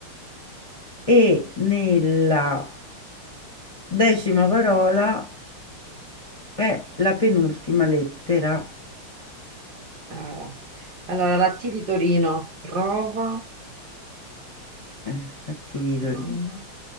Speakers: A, on the left; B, on the right.
A: e nella decima parola è la penultima lettera,
B: Ara. Allora, la T di Torino, trova.
A: eh, la ti dico
B: Trauma,
A: lì.